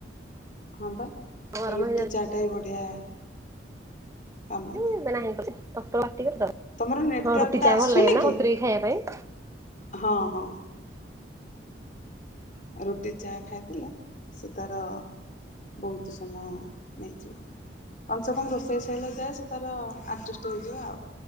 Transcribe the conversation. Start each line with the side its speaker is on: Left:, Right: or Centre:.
Left: ହଁ ବା
Right: ଗରମ
Left: ରୁଟି
Right: ହେଇଯାଉଛି
Left: ଚାଟା ବି ବଢିଆ କାମ ଦିଏ
Right: ଏବେ ନାହିଁ ଡକ୍ଟର ପାଟି କଲେ ତ
Left: ତମର ନେଟୱାର୍କ
Right: ହଁ ରୁଟି
Left: ଟା
Right: ଚା
Left: ଆସୁନି
Right: ଭଲ ଲାଗେ
Left: କି
Right: ବତୁରାଇ ଖାଇବା ପାଇ।
Left: ହଁ ହଁ ରୁଟି ଚା ଖାଇଥିଲେ ସେ ତାର ବହୁତ ସମୟ ନେଇଯିବ। କମ ସେ କମ ରୋଷେଇ ସରଲା ଯାଏ ସେ ତାର ଆଡ଼ଜଷ୍ଟ ହେଇ ଯିବା ଆଉ।